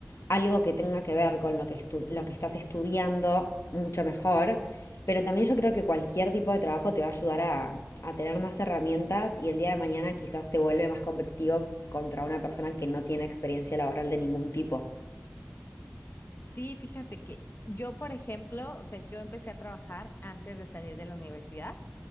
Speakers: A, on the left; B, on the left.
A: algo que tenga que ver con lo que, estu- lo que estás estudiando, mucho mejor. Pero también yo creo que cualquier tipo de trabajo te va a ayudar a, a tener más herramientas y el día de mañana quizás te vuelve más competitivo contra una persona que no tiene experiencia laboral de ningún tipo.
B: Sí, fíjate que yo, por ejemplo, o sea, yo empecé a trabajar antes de salir de la universidad,